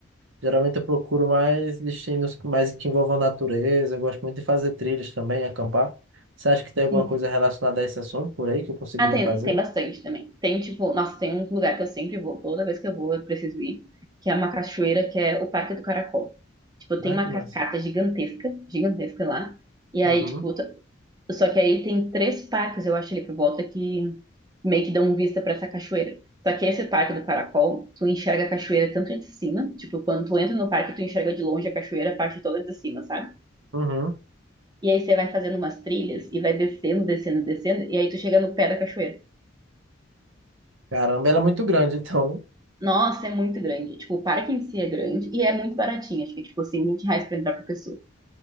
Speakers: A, on the right; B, on the right.
A: geralmente eu procuro mais destinos que- mais que envolvam natureza, eu gosto muito de fazer trilhas também, acampar. Você acha que tem alguma
B: Sim.
A: coisa relacionada a esse assunto por aí que eu conseguiria
B: Ah, tem,
A: fazer?
B: tem bastante também. Tem, tipo, nossa, tem um lugar que eu sempre vou, toda vez que eu vou, eu preciso ir, que é uma cachoeira, que é o Parque do Caracol. Tipo, tem
A: Ah,
B: uma
A: que massa.
B: cascata gigantesca, gigantesca lá. E
A: Uhum.
B: aí, tipo, tu- Só que aí tem três parques, eu acho, ali por volta que meio que dão vista pra essa cachoeira. Só que esse parque do Caracol, tu enxerga a cachoeira tanto de cima, tipo, quando tu entra no parque, tu enxerga de longe a cachoeira, a parte toda de cima, sabe?
A: Uhum.
B: E aí você vai fazendo umas trilhas e vai descendo, descendo, descendo, e aí tu chega no pé da cachoeira.
A: Caramba, ela é muito grande, então. né?
B: Nossa, é muito grande. Tipo, o parque em si é grande e é muito baratinho. Acho que, tipo, assim, 20 reais pra entrar por pessoa.